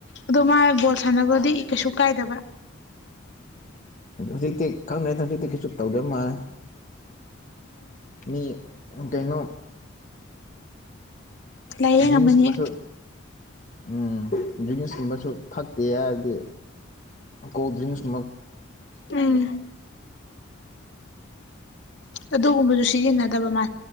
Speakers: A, on the left; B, on the left.
A: ꯑꯗꯣ ꯃꯥ ꯕꯣꯜ ꯁꯥꯟꯅꯕꯗꯤ ꯀꯩꯁꯨ ꯀꯥꯏꯗꯕ
B: ꯍꯧꯖꯤꯛꯇꯤ ꯈꯪꯗ꯭ꯔꯦꯗ ꯍꯧꯖꯤꯛꯇꯤ ꯀꯩꯁꯨ ꯇꯧꯗꯕ ꯃꯥꯜꯂꯦ ꯃꯤ ꯀꯩꯅꯣ
A: ꯂꯥꯏꯌꯦꯡꯉꯝꯃꯅꯤ
B: ꯗ꯭ꯔꯤꯡꯁꯀꯨꯝꯕꯁꯨ ꯎꯝ ꯗ꯭ꯔꯤꯡꯁꯀꯨꯝꯕꯁꯨ ꯊꯛꯇꯦ ꯍꯥꯏꯔꯗꯤ ꯀꯣꯜ ꯗ꯭ꯔꯤꯡꯁ
A: ꯎꯝ ꯑꯗꯨꯒꯨꯝꯕꯁꯨ ꯁꯤꯖꯤꯟꯅꯗꯕ ꯃꯥ